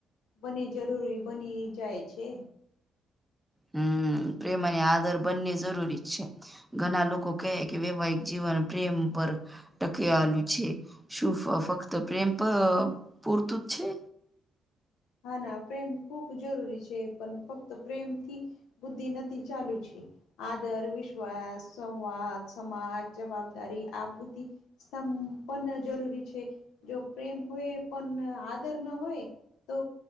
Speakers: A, on the left; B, in the centre.
A: બને જરૂરી બની જાય છે.
B: હમ્મ પ્રેમ અને આદર બંને જરૂરી જ છે. ઘણા લોકો કહે કે વૈવાહિક જીવન પ્રેમ પર ટકેલું છે, શું ફક્ત પ્રેમ પણ પૂરતું જ છે?
A: હા, ના પ્રેમ ખૂબ જરૂરી છે પણ ફક્ત પ્રેમથી બુદ્ધિ નથી ચાલુ છે. આદર, વિશ્વાસ, સંવાદ, સમાજ, જવાબદારી, આભૂતિ સંપ પણ જરૂરી છે જો પ્રેમ હોય પણ આદર ન હોય. તો